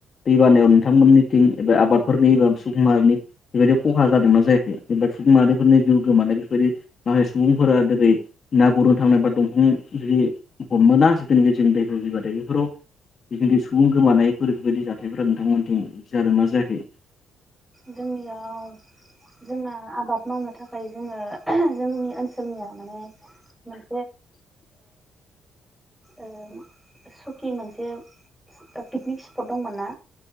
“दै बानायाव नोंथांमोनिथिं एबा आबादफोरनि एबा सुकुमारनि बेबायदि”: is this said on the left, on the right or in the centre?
Left